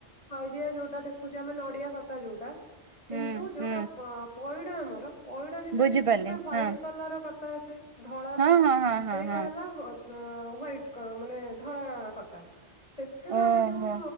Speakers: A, on the left; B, on the right.
A: <inaudible> ଯିଏ ଯୋଉଟା ଦେଖୁଛି ଆମେ ନଡିଆ କତା ଯୋଉଟା କିନ୍ତୁ
B: ହୁଁ
A: ଯୋଉଟା
B: ହୁଁ
A: ପଇଡ ଆମର ପଇଡ ଭିତରେ
B: ବୁଝିପାରିଲି
A: ଦେଖିଥିଲେ ହ୍ୱାଇଟି
B: ହଁ
A: କଲର ର କତା ଆସେ ଧଳାର
B: ହଁ ହଁ ହଁ
A: ସେଇଟା
B: ହଁ ହଁ
A: ହେଲା ହ ଉନ୍ ହ୍ୱାଇଟ କଲର୍ ମାନେ ଧଳା କତା ସେଥିରୁ
B: ଓହୋ
A: ଆମେ ଯୋଉ